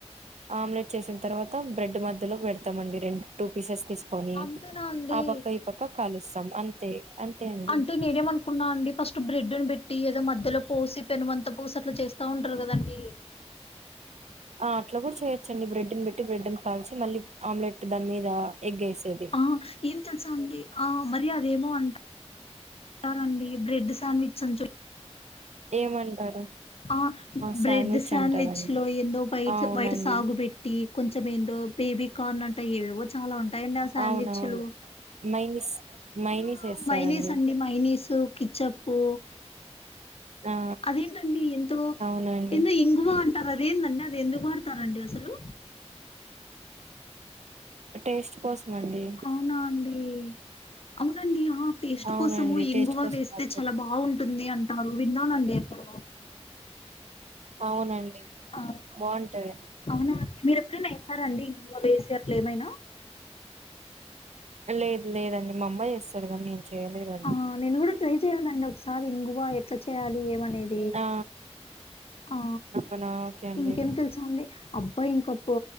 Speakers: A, on the right (about 80°); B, on the left (about 60°).
A: ఆమ్లెట్ చేసిన తర్వాత బ్రెడ్ మధ్యలోకి పెడ తా మండి రెండు టూ పీసెస్ తీసుకొని
B: అంతేనా అండి
A: ఆ పక్క ఈ పక్క కాలుస్తాం అంతే అంతే అండి
B: అంటే నేను ఎమను కున్నా అండి ఫస్ట్ బ్రెడ్ని పెట్టి ఏదో మధ్యలో పోసి పెనుమంత పోసి అట్లా చేస్తా ఉంటారు కదండి
A: ఆ అట్లా కూడా చేయొచ్చండి బ్రెడ్ని పెట్టి బ్రెడ్ని కాల్సి మళ్ళీ ఆమ్లెట్ దాని మీద ఎగ్ ఎసేది
B: ఆ ఏం తెలుసా అండి ఆ మరి అదేమో అంట తింటారండి బ్రెడ్ శాండ్విచ్ అని చెప్పి
A: ఏమంటారు
B: ఆ
A: శాండ్విచ్
B: బ్రెడ్ సాండ్విచ్
A: అంటారండి
B: లో ఎందో వైట
A: అవునండి
B: వైట్ సాగు పె టి కొంచెం ఏందో బేబీ కార్న్ అంట టాయి ఎవేవో చాలా ఉంటాయి అండి ఆ సాండ్విచ్లు
A: అవునవును మైనిస్ మైనిస్
B: ఆ
A: వేస్తారండి
B: మైనీసు ఈ మైనీసు కిచ్చప్పు
A: ఆ
B: అదేంటండి ఎంతో
A: అవునండి
B: ఎందో ఇంగువ అంటారు అదేందండి అది ఎందుకు వాడతారండి అసలు
A: టేస్ట్ కోసం అండి
B: అవునా అండి అవునండి ఆ టేస్ట్
A: అవునండి
B: కోసము ఇంగువ
A: టేస్ట్ కోసం
B: వేస్తే
A: వాడతారు
B: చాలా బాగుంటుంది అంటారు విన్నాను అండి ఎక్కడో
A: అవునండి
B: ఆ
A: బాగుంటాది
B: అవునా అండి మీరు ఎప్పుడైనా వేసారండి ఇవా వేసే అట్లు ఏమైనా
A: లేదు లేదండి మమ్మయ్య చేస్తాది కానీ నేను చెయలేదండి
B: ఆ నేను కూడా ట్రై చేయాలండి ఒకసారి ఇంగువా ఎట్లా చేయాలి ఏమనేది
A: ఆ
B: ఆ
A: అవునా ఓకే అండి
B: ఇంకేం అబ్బాయి ఇంకా పో